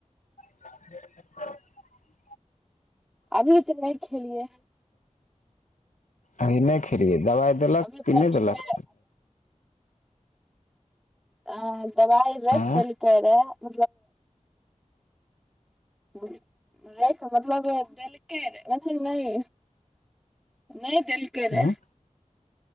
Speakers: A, on the left (about 70°); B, in the centre.
A: <inaudible>
B: अभी तऽ नहि खेलियै
A: अभी नहि खेलियै दबाइ देलक
B: अभी
A: कि
B: पेट
A: नहि देलक
B: मे आ दबाइ रख
A: आँय
B: देलकै रहऽ <unintelligible> मतलब मतलब देलकै नहि <unintelligible> देलकै
A: उंम्म
B: रहऽ